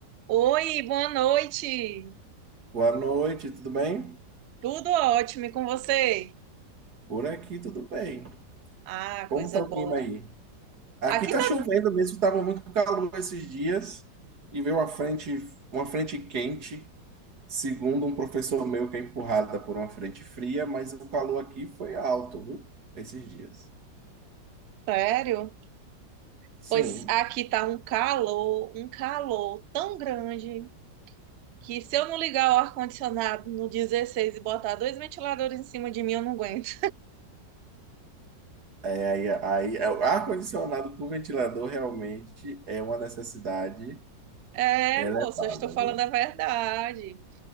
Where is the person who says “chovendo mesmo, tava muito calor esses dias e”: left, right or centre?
Right